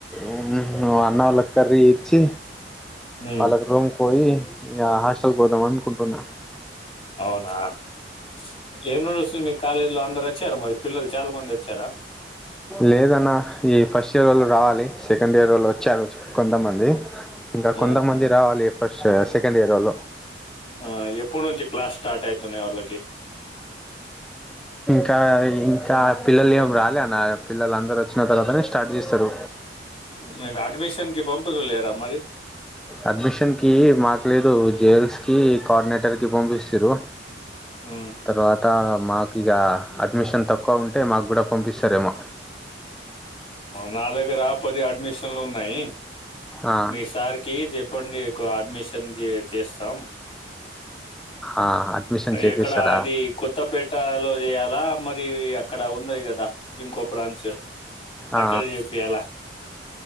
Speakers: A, in the centre; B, on the left (about 30°).
A: ఉమ్ అన్న వాళ్ళ కర్రీ వచ్చి
B: ఉమ్,
A: వాళ్ళకు రూమ్ కు పోయి హాస్టల్కి పోదాం అనుకుంటున్న
B: అవునా ఇంక ఏం నడుస్తుంది మీ కాలేజ్ లో అందరు అచ్చార మరి పిల్లలు చాలా మంది వచ్చారా
A: లేదన్న ఈ ఫస్ట్ ఇయర్ వాళ్ళు రావాలి సెకండ్ ఇయర్ వాళ్ళు వ వచ్చరు కొంతమంది ఇంకా
B: ఆ,
A: కొంతమంది రావాలి ఫస్ట్ సెకండ్ ఇయరోళ్లు
B: ఆ ఎప్పుడు నుంచి క్లాస్ స్టార్ట్ అయితున్నాయి వాళ్ళకి
A: టా ఇంకా పిల్లలు ఏం రాలే అన్న పిల్లలాందరు వచ్చిన తర్వాతనే స్టార్ట్ చేస్తారు
B: మీకు అడ్మిషన్ కి పంపదు లేరా మరి
A: అడ్మిషన్ కి మాకు లేదు జైల్స్ కి కోఆర్డినేటర్ కి పంపిచిరు
B: ఉమ్,
A: తర్వాత మాకు ఇగ అడ్మిషన్ తక్కువ ఉంటే మాకు కూడా పంపిస్తారేమో
B: నా దగ్గర పది అడ్మిషన్లు ఉన్నాయి
A: ఆ,
B: మీ సార్కి చెప్పండి ఎక్కువ అడ్మిషన్ కి చేస్తాం
A: ఆ, అడ్మిషన్ చేపిస్తారా
B: ఎక్కడ అది కొత్తపేటలో చేయాలా మరి అక్కడ ఉన్నాది కదా ఇంకో బ్రాంచ్ అక్కడ
A: ఆ,
B: చెపియాల